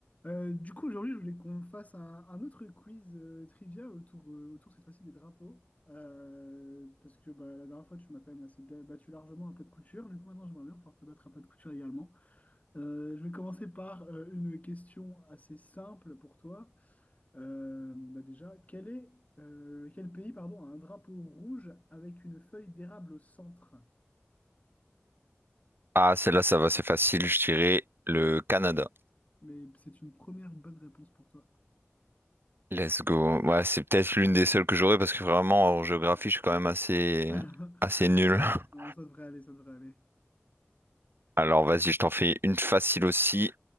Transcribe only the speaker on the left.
Euh, du coup, aujourd'hui, je voulais qu'on fasse un, un autre quiz euh, trivia autour, euh, autour cette fois-ci des drapeaux. Euh, parce que bah, la dernière fois, tu m'as quand même assez bien battu largement à plat de couture. Du coup, maintenant, j'aimerais bien pouvoir te battre à plat de couture également. Euh, je vais commencer par euh, une question assez simple pour toi. Euh, bah, déjà, quel est, euh, quel pays, pardon, a un drapeau rouge avec une feuille d'érable au centre?
Mais c'est une première bonne réponse pour toi.
<laughs>
Non, ça devrait aller, ça devrait aller.